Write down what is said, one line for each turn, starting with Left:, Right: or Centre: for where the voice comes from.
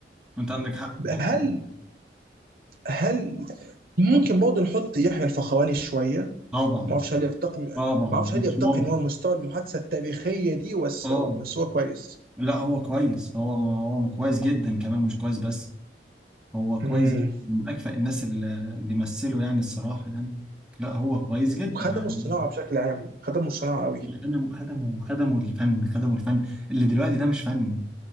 Centre: انت عندك حق في الحته
Right: هل
Centre: دي
Right: هل ممكن برضه نحط يحيى الفخراني شويه ما
Centre: طبعا
Right: اعرفش هل يرتقي ما
Centre: طبعا
Right: اعرفش
Centre: مش
Right: هل يرتقي
Centre: ممكن
Right: ان هو مستوى المحادثه التاريخيه دي بس
Centre: اه
Right: بس هو كويس
Centre: لا هو كويس هو هو كويس جدا كمان مش كويس بس هو كويس
Right: امم
Centre: جدا من اكفأ الناس اللي اللي مثلوا يعني الصراحه يعني لا هو كويس جدا
Right: وخدموا
Centre: يعني
Right: الصناعه بشكل عام خدموا الصناعه قوي
Centre: خدموا خدموا خدموا الفن خدموا الفن اللي دلوقتي ده مش فن